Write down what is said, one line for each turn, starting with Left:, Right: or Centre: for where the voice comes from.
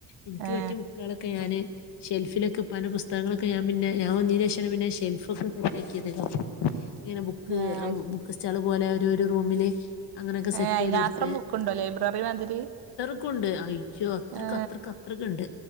Left: ഇനിക്ക്
Right: ഏ
Left: പറ്റിയ ബുക്കാളൊക്കെ ഞാന് ഷെൽഫിലൊക്കെ പ്പാൻ്റെ പുസ്തകങ്ങളൊക്കെ ഞാൻ പിന്നെ ഞാൻ വന്നീന് ശേഷാണ് പിന്നെ ഷെൽഫ് ഒക്കെ സെറ്റ ആക്കിയത് ഇങ്ങനെ ബുക്ക്
Right: ഏ അത് ശരി
Left: ബുക്ക് സ്റ്റാള് പോലെ ഒരു റൂമില് അങ്ങനെയൊക്കെ സെറ്റ്
Right: ഏ അയിനാത്രം
Left: ചെയ്ത് കൊടുത്ത്
Right: ബുക്ക് ഇണ്ടോ ലൈബ്രറി മാതിരി
Left: ണ്ട് അയ്യോ അത്രക്ക്
Right: ആ
Left: അത്രക്ക് അത്രക്കിണ്ട്